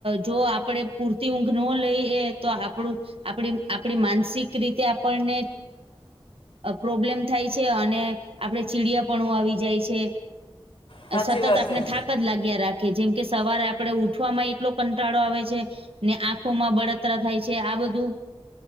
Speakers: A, on the right; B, on the left.
A: જો આપણે પૂરતી ઊંઘ ન લઈ એ તો આપણું આપડી આપડી માનસિક રીતે આપણને પ્રોબ્લેમ થાય છે અને આપણે ચીડિયા આવી જાય છે
B: સાચી
A: સતત
B: વાત
A: આપને
B: હે
A: થાક જ લાગ્યા રાખે જેમ કે સવારે આપડે ઉઠવામાં એટલો કંટાળો આવે છે ને આંખોમાં બળ થાય છે આ બધું